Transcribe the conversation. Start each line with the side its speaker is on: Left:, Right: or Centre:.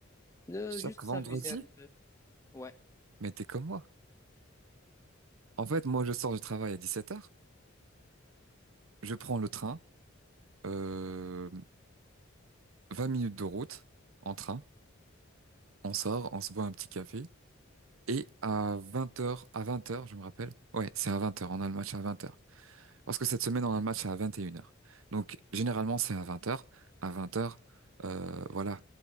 Left: de
Right: chaque
Left: juste
Right: vendredi?
Left: s'amuser un peu. Ouais.
Right: Mais t'es comme moi. En fait, moi, je sors du travail à dix-sept heures. Je prends le train. Euh, 20 minutes de route en train. On sort, on se boit un petit café. Et à vingt heures, à vingt heures, je me rappelle. Ouais, c'est à vingt heures. On a le match à vingt heures. Parce que cette semaine, on a le match à 21h. Donc, généralement, c'est à 20h. À 20h, euh, voilà,